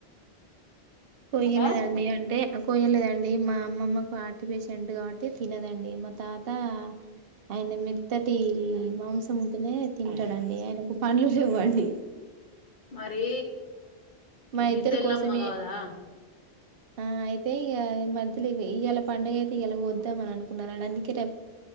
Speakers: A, on the right (about 60°); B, on the left (about 45°).
A: కొయ్యలేదండి
B: హలో
A: అంటే కోయలేదండి మా అమ్మమ్మకు హార్ట్ పేషెంట్ కాబట్టి తినదండి మా తాత ఆయన మెత్తటి మాంసం ఉంటేనే తింటాడండి ఆయనకు పండ్లు లేవండి.
B: మరి
A: మా
B: నీ
A: ఇద్దరు
B: సెల్లమ్మ
A: కోసమే
B: కాదా
A: ఆ అయితే ఇక ఈ మధ్యలో ఇవాళ పండుగ అయితే ఇయాల కోద్దామని అనుకున్నారండి అందుకే రేపు